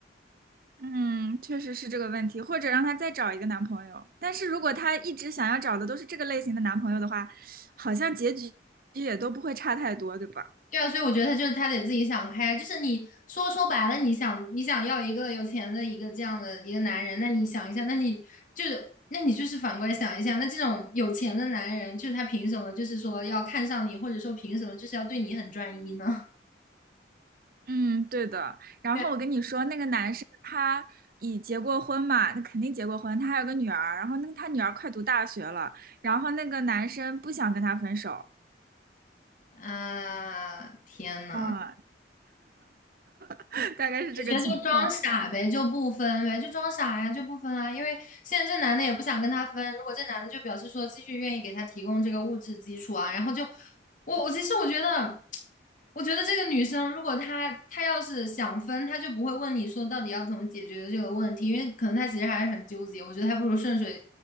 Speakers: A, on the right; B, on the left.
A: 嗯，确实是这个问题。或者让他再找一个男朋友。但是如果他一直想要找的都是这个类型的男朋友的话，好像结局也都不会差太多，对吧？
B: 对啊，所以我觉得他就是他得自己想开啊，就是你说说白了，你想你想要一个有钱的一个这样的一个男人，那你想一下，那你就是那你就是反过来想一下，那这种有钱的男人，就是他凭什么就是说要看上你，或者说凭什么就是要对你很专一呢？
A: 嗯，对的。然后我跟你说，
B: 对啊，
A: 那个男生他已结过婚嘛，那肯定结过婚，他还有个女儿。然后那个他女儿快读大学了，然后那个男生不想跟他分手，
B: 啊，天呐！
A: 啊，<laughs> 大概是这个情况。
B: 觉得就装傻呗，就不分呗，就装傻呀，就不分啊。因为现在这男的也不想跟他分，如果这男的就表示说继续愿意给他提供这个物质基础啊，然后就我我其实我觉得，我觉得这个女生如果她她要是想分，她就不会问你说到底要怎么解决的这个问题，因为可能她其实还是很纠结。我觉得还不如顺水